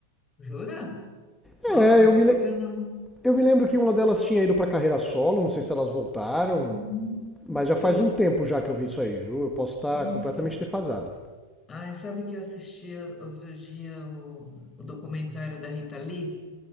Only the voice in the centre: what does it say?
É,
eu
me,
le-
eu me lembro que uma delas tinha ido pra carreira solo, não sei se elas voltaram.
Mas
já faz um tempo já que eu vi isso aí, viu? Eu posso estar
completamente
defasado.